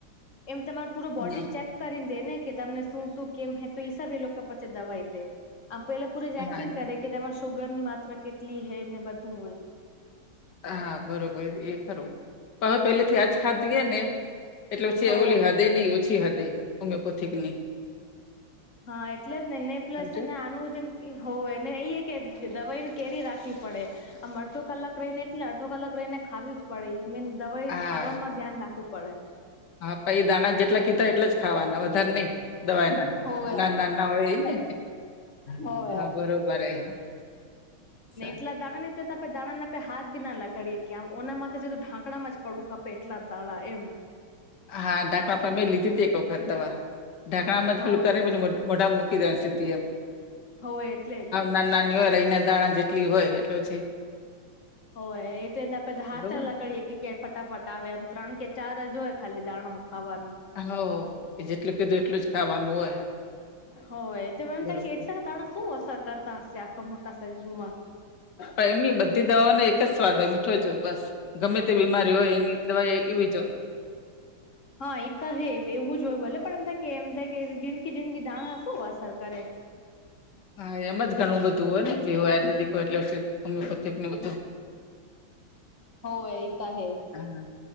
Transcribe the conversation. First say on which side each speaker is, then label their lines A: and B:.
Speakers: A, on the left; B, on the left.
A: એમ તમારો પૂરો બોડી
B: હમ
A: ચેક કરી દે ને કે તમને શું શું કેમ હે તો હિસાબે એ લોકો પછી દવાઈ દે. આ પેલા પૂરે ચેકિંગ
B: હા
A: કરે કે તમારે સુુગર ની માત્રા કેટલી હૈ ને બધું હોય.
B: હા બરોબર એ ખરું હ હ પેલે થી આજ ખાધી એ ને એટલે પછી
A: હોવે
B: એ ઓલી હદે ની ઓછી હદે હોમિયોપેથિક ની
A: હા એટલે જ ને ને પ્લસ
B: સમજે
A: અને આનું જેમ હોવેયને એઈ કે દવાઈ ન કેરી રાખવી પડે આમ અડધો કલાક રહીને એટલે અડધો કલાક રહીને ખાવી જ પડડી મીન દવાઈ
B: હા
A: ખાવામાં ધ્યાન રાખવું પડે.
B: હા પહિ એ દાણા જેટલા કીધા એટ જ ખાવાના. નહી દવા ના
A: હોવે
B: ના ના ના હોય એ ને
A: હોવે
B: હા બરોબર હે.
A: ને
B: સા
A: એટલા દાડા ની આપે દાણા આપે હાથ બી ના લગાડીએ કે આમના માટે ઢાંકણામાં જ પડવું ખપે એટલા દાણા એમ.
B: હા ઢાંકણા પર મેં લીધી હતી. એક વખત દવા ઢાકણામાં જ
A: હોવે
B: પેલું કરીને પછી મોઢા મૂકી દે સધી એમ
A: હોવે એટલે જ ને
B: ના નાની હોય એહીને દાણા જેટલી હોય એટલે પછી
A: હો એને આપ હા
B: બરોબર
A: લગાડીએ કે કે ફટાફટ આવે એમ ત્રણ કે ચાર જ હોય ખાલી દાણા ખાવાના.
B: હ એ જેટલું કીધું એટલું જ ખાવાનું હોય.
A: હો એ એમ
B: બરોબર
A: થ કે એટલા દાણા શું અસર કરતા હશે આટલા મોટા શરીરમાં.
B: પણ એમની બધી દવાઓને એક જ સ્વાદ હોય મીઠો જ હોય બસ ગમે તે બીમારી હોય એની દવાઈ એવી જ હોય.
A: હા એ તો હે એવું જ હોય ભલે પણ એમ થાય કે એમ થાય કે જીન્કી-જીનકી દાણા શું અસર કરે?
B: હા એમ જ ઘણું બધું હોય ને જેવું આયુવેદિક હોય એટલે હોમિયોપેથિક નું બધું.
A: હો એ તો હે.
B: હા